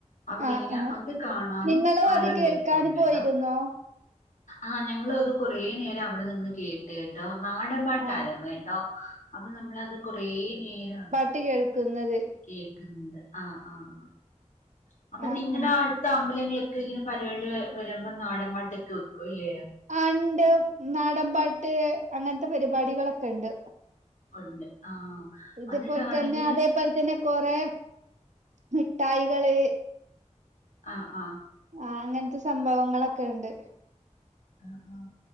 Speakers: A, on the left; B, on the right.
A: അവിടെ
B: ആ
A: ഇങ്ങനെ
B: ആ
A: അത് കാണാനും
B: നിങ്ങളും
A: ആളുകള്
B: അത് കേൾക്കാൻ
A: ഇരുപ്പ്ണ്ട് കേട്ടാ
B: പോയിരുന്നോ?
A: ആഹ് ഞങ്ങളു അത് കൊറേ നേരം അവിടെ നിന്ന് കേ കേട്ടോ നാടൻ പാട്ട്
B: ആ
A: ആരുന്നു കേട്ടോ അപ്പൊ നമ്മളത് കൊറേ നേരം
B: ട്ട് കേൾക്കുന്നത്
A: കേക്കുന്നത് ആഹ് ആഹ് അപ്പൊ
B: ആ
A: നിങ്ങടെ
B: ആ
A: അടുത്ത് അമ്പലങ്ങളൊക്കെ ഇങ്ങനെ പരിപാടി വ വരുമ്പോ നാടൻ പാട്ടൊക്കെ വെക്കുവല്ലേ
B: ആഹ് ഇണ്ട് നാടൻ പാട്ട് അങ്ങനത്തെ പരിപാടികളൊക്കെ ഇണ്ട്
A: ഒണ്ട് ആഹ്
B: ഇതുപോലെ
A: അന്നിട്ടാണെങ്കി
B: തന്നെ അതേപോലെ തന്നെ കൊറെ മിഠായികള്
A: ആഹ് ആഹ്
B: ആഹ് അങ്ങൻത്തെ സംഭവങ്ങളൊക്കെ ഇണ്ട്
A: ആഹ് ആഹ്